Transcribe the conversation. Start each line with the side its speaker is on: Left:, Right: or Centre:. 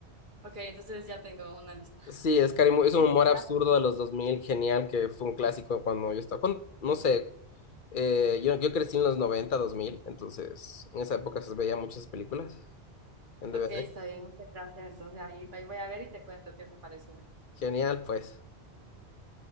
Right: Ok, entonces ya tengo una lista.
Left: Sí, Scary Movie es
Right: Muchas
Left: un humor
Right: gracias.
Left: absurdo de los 2000, genial, que fue un clásico cuando yo estaba, cuando- no sé, eh, yo, yo crecí en los noventa, dos mil, entonces en esa época se veía muchas películas en
Right: Ok,
Left: DVD.
Right: está bien, muchas gracias. Entonces ahí, ahí voy a ver y te cuento qué me parecieron.
Left: Genial, pues.